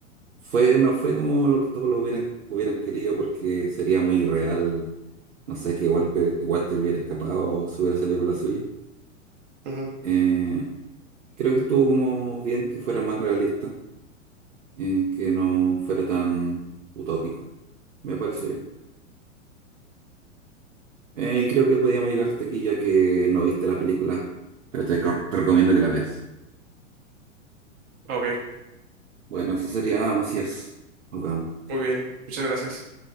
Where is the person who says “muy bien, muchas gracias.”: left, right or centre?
Right